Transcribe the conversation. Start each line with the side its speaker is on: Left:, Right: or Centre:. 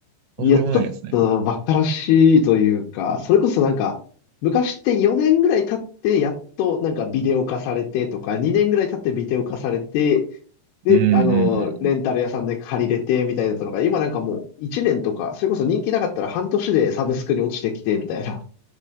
Right: とんでもないですね。
Left: いや、ちょっと馬鹿らしいというか、それこそなんか、昔って4年ぐらい経って、やっとなんかビデオ化されてとか、2年ぐらい経ってビデオ化されて、で、
Right: うんうんうん。
Left: あの、レンタル屋さんで借りれてみたいだったのが、今なんかもう1年とか、それこそ人気なかったら半年でサブスクに落ちてきてみたいな。